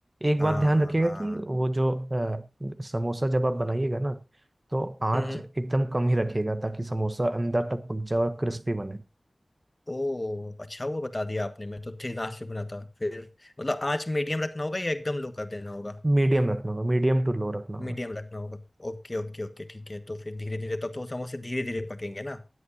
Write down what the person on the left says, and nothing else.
हाँ
हाँ
हाँ
हम्म
ओ अच्छा हुआ बता दिया आपने मैं तो थिन आंच पे बना था फिर मतलब आंच मीडियम रखना होगा या एकदम लो कर देना होगा
मीडियम रखना होगा Okay okay okay ठीक है तो फिर धीरे धीरे तब तो समोसे धीरे धीरे पकेंगे ना